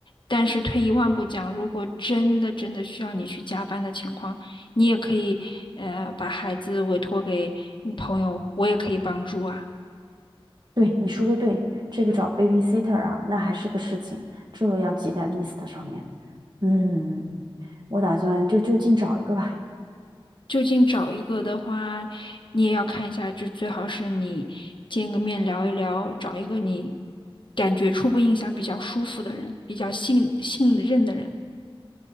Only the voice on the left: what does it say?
但是退一万步讲，如果真的真的需要你去加班的情况，你也可以，呃，把孩子委托给你朋友，我也可以帮助啊。
就近找一个的话，你也要看一下，就最好是你见个面聊一聊，找一个你感觉初步印象比较舒服的人，比较信信任的人。